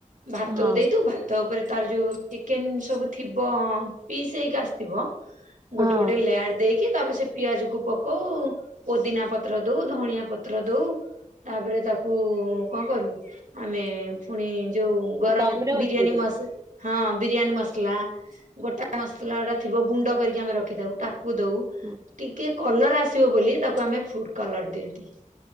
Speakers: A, on the right; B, on the right.
A: ଭାତକୁ
B: ହଁ
A: ଦେଇଦଉ। ଭା ତାପରେ ତାର ଯୋଉ ଚିକେନ ସବୁ ଥିବ। ପିସ୍ ହେଇକି ଆସିଥିବ ଗୋଟେ
B: ହଁ
A: ଗୋଟେ ଲେୟାର ଦେଇକି ତାପରେ ସେ ପିଆଜ କୁ ପକଉ ପୋଦିନା ପତ୍ର ଦୋଉ ଧଣିଆ ପତ୍ର ଦୋଉ। ତାପରେ ତାକୁ କଣ କରୁ ଆମେ ପୁଣି ଯୋଉ ଗରମ
B: ଦମରେ ବସେଇଛନ୍ତି।
A: ବିରିୟାନୀ ମସ୍‌ ହଁ ବିରିୟାନୀ ମସଲା। ଗୋଟା ମସଲା ଗୋଟା ଥିବ। ଗୁଣ୍ଡ କରିକି ଆମେ ରଖିଥାଉ ତାକୁ ଦଉ।
B: ହୁଁ।
A: ଟିକେ କଲର୍ ଆସିବ ବୋଲି ତାକୁ ଆମେ ଫୁଡ଼୍ କଲର୍ ଦିଅନ୍ତି।